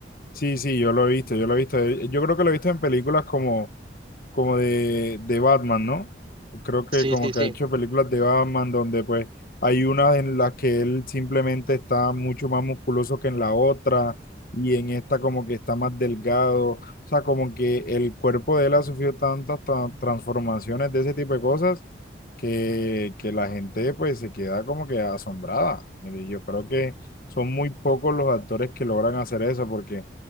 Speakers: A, on the left; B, on the right.
A: Sí, sí, yo lo he visto, yo lo he visto. Eh, Yo creo que lo he visto en películas como como de, de Batman, ¿no? Creo que
B: Sí,
A: como
B: sí,
A: que
B: sí.
A: ha hecho películas de Batman donde pues hay una en la que él simplemente está mucho más musculoso que en la otra y en esta como que está más delgado, o sea, como que el cuerpo de él ha sufrido tantas tra- transformaciones de ese tipo de cosas que, que la gente pues se queda como que asombrada. Y yo creo que son muy pocos los actores que logran hacer eso porque...